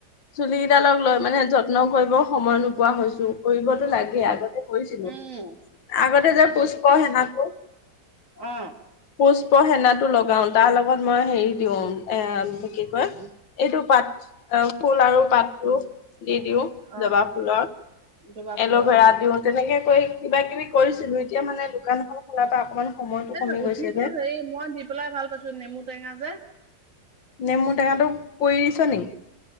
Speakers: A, on the left; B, on the right.
A: চুলি কেইডালক লৈ মানে যত্ন কৰিব সময় নোপোৱা হৈছো কৰিবতো লাগে আগত কৰিছিলো
B: উম
A: আগতে যে পুষ্প সেনাতো
B: অ
A: পুষ্প সেনাটো লগাও তাৰ লগত মই হেৰি দিওঁ এ কি কয় এইটো পাত অ ফুল আৰু পাতটো
B: উম উম
A: দি দিওঁ
B: অ
A: জবা ফুলৰ
B: জবা ফুলৰ
A: এল'ভেৰা
B: অ
A: দিও তেনেকে কৰি কিবা কিবি কৰিছিলো এতিয়া মানে দোকান এখন খোলাৰ পৰা অকমান সময়টো
B: এ
A: কমি
B: উফিটো
A: গৈছে যে
B: হেৰি মই দি পেলাই ভাল পাইছোঁ, এ নেমু টেঙা যে
A: নেমু টেঙাটো কৰি দিছ নেকি?